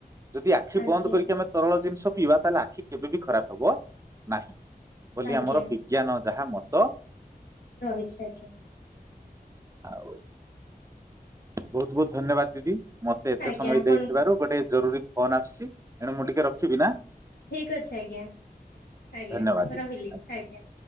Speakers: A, on the right; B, on the left.
A: ଯଦି ଆଖି
B: ଆଜ୍ଞା
A: ବନ୍ଦ କରିକି ଆମେ ତରଳ ଜିନିଷ ପିଇବା ତାହେଲେ ଆଖି କେବେ ବିି ଖରାପ ହବ ନାହିଁ। ବୋଲି
B: ଆଜ୍ଞା
A: ଆମର ବିଜ୍ଞାନ ଯାହା ମତ
B: ଜାଣିଛି ଆଜ୍ଞା।
A: ଆଉ ବହୁତ ବହୁତ ଧନ୍ୟବାଦ ଦିଦି ମତେ ଏତେ
B: ଆଜ୍ଞା
A: ସମୟ
B: ଆପଣଙ୍କୁ
A: ଦେଇଥିବାରୁ ଗୋଟେ ଜରୁରୀ ଫୋନ୍ ଆସୁଛି ଏଣୁ ମୁଁ ଟିକେ ରଖିବି ନା!
B: ଠିକ ଅଛି ଆଜ୍ଞା ଆଜ୍ଞା
A: ଧନ୍ୟବାଦ ଦିଦି
B: ରହିଲି ଆଜ୍ଞା।